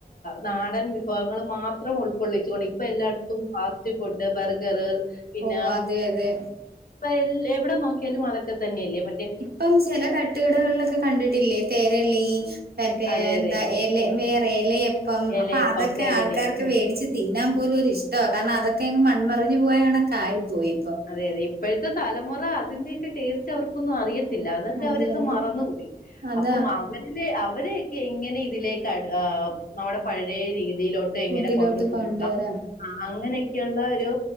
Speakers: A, on the left; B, on the right.
A: നാടൻ വിഭവഗങ്ങൾ മാത്രം ഉൾക്കൊള്ളിച്ചു കൊണ്ടി ഇപ്പ എല്ലായിടത്തും ഫാസ്റ്റ് ഫുഡ് ബർഗർ പിന്ന
B: ഓ അതെ അതെ
A: ഇപ്പ എൽ എവിടെ നോക്കിയാലും അതൊക് തൊക്കെ തന്നെയല്ലേ മറ്റേ.
B: ഇപ്പം ചില തട്ടുകടകളിലൊക്കെ കണ്ടിട്ടില്ലേ തരളി മറ്റേ
A: അതെ
B: എന്താ
A: അതെ
B: എല വേറെ എല കം
A: എലയപ്പം
B: അപ്പൊ അതൊക്കെ
A: തെരലയും
B: ആൾക്കാർക്ക്
A: ഉം
B: മേടിച്ച് തിന്നാൻ പോലും ഒരി ഇഷ്ടമാണ് കാരണം അതൊക്കെങ്ങ് മൺമറിഞ്ഞു പോയാ കണക്കായി പോയി. ഇപ്പൊ
A: അതെ അതെ ഇപ്പോഴത്തെ തലമുറ അതിന്റെയൊക്കെ ടേസ്റ്റ് അവർക്കൊന്നും അറിയ ല്ലാ അതൊക്കെ
B: അതെ
A: അവരൊക്കെ
B: അതെ
A: മറന്നുപോയി.
B: അതാ
A: അപ്പൊ അവ ഇല്ലേ അവരെയൊക്കെ എങ്ങനെ ഇതിലേക്ക്, ഏഹ് നമ്മടെ പഴയ രീതിയിലോട് പ്പേ
B: ഫുഡിലോട്ട്
A: എങ്ങനെ കൊണ്ടുപോണം.
B: കൊണ്ടുവരാ
A: അങ്ങനെയൊക്കെയുള്ള ഒരു